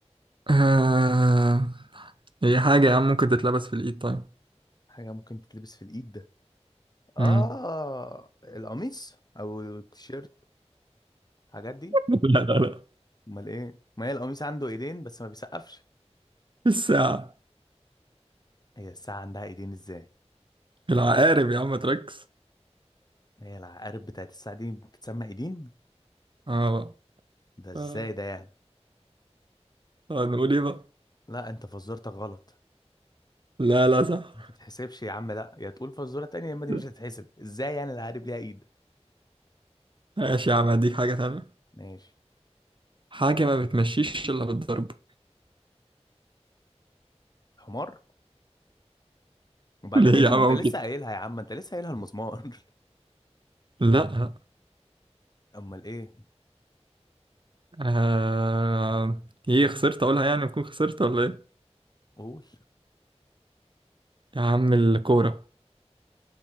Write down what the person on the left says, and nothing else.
حاجه ممكن تتلبس في الايد ده اه
القميص او التيشيرت الحاجات دي
امال ايه ما هي القميص عنده ايدين بس ما بيسقفش
هي الساعه عندها ايدين ازاي
هي العقارب بتاعت الساعه دي بتتسمى ايدين
ده ازاي
ده يعني
لا انت فزرتك غلط
ما تتحسبش يا عم لا يا تقول فزوره تانية يا اما دي
مش هتتحسب ازاي يعني العقارب ليها ايد
ماشي
حمار وبعدين
ايه ده
ما انت
لسه
قايلها يا عم انت لسه قايلها المسمار <laughs>
امال ايه
قول